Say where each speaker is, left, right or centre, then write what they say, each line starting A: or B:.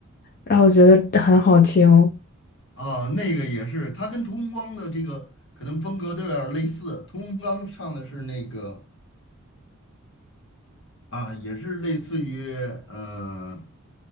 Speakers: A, on the left (about 45°); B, on the left (about 65°).
A: 然后我觉得很好听，
B: 啊，那个也是，他跟屠洪刚的这个可能风格都有点儿类似。屠洪刚唱的是那个啊，也是类似于嗯，